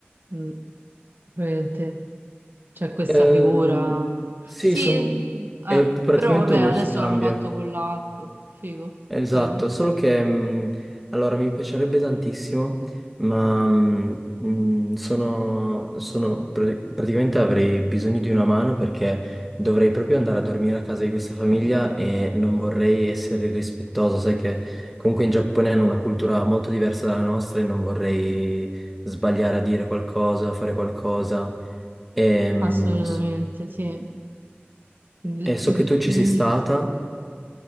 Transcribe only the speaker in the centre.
Ehm,
sì,
son-
è praticamente
uno
scambio,
esatto,
solo che mh, allora mi piacerebbe tantissimo, ma mh, mh, sono, sono- pr- praticamente avrei bisogno di una mano perché dovrei proprio andare a dormire a casa di questa famiglia e non vorrei essere irrispettoso, sai che comunque in Giappone hanno una cultura molto diversa dalla nostra e non vorrei sbagliare a dire qualcosa, a fare qualcosa. Ehm,
E so
che tu ci
sei stata